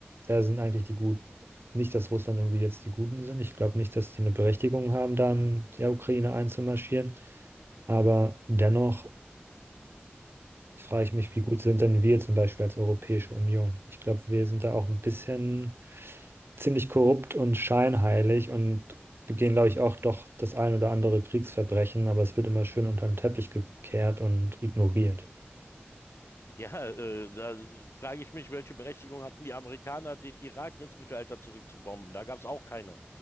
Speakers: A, on the right; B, on the left.
A: wer sind eigentlich die Guten? Nicht, dass Russland irgendwie jetzt die Guten sind. Ich glaube nicht, dass die eine Berechtigung haben, da in die Ukraine einzumarschieren. Aber dennoch frage ich mich, wie gut sind denn wir zum Beispiel als Europäische Union? Ich glaube, wir sind da auch ein bisschen ziemlich korrupt und scheinheilig und begehen, glaube ich, auch doch das ein oder andere Kriegsverbrechen, aber es wird immer schön unter den Teppich gekehrt und ignoriert.
B: Ja, äh, da frage ich mich, welche Berechtigung hatten die Amerikaner, den Irak ins Mittelalter zurückzubomben? Da gab es auch keine.